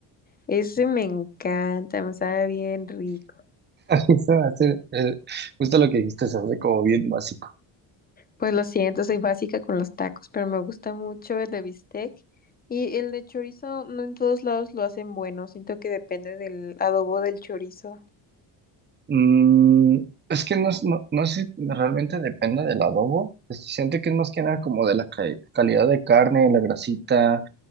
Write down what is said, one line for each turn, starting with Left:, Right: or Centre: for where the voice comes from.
Left: Ese me encanta, me sabe bien rico.
Right: <laughs> Se me hace, eh, Justo lo que dijiste, se hace como bien básico.
Left: Pues lo siento, soy básica con los tacos, pero me gusta mucho el de bistec. Y el de chorizo, no en todos lados lo hacen bueno, siento que depende del adobo del chorizo.
Right: Mm, es que no, es- no, no sé, si realmente depende del adobo. Es- Siento que es más que nada como de la ca- calidad de carne, la grasita,